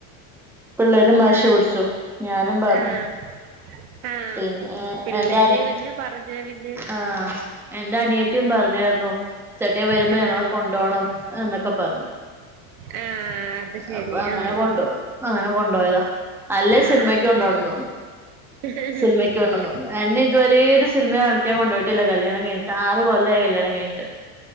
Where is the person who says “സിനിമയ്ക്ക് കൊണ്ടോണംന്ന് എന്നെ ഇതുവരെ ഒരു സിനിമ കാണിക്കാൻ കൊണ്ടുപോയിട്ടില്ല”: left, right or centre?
Centre